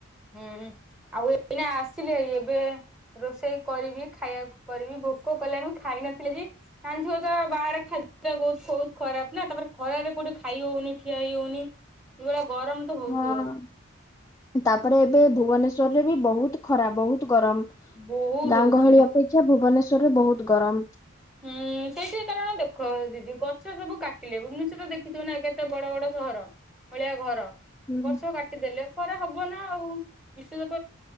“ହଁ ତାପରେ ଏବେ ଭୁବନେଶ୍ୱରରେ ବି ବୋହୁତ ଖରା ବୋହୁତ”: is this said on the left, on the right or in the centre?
Left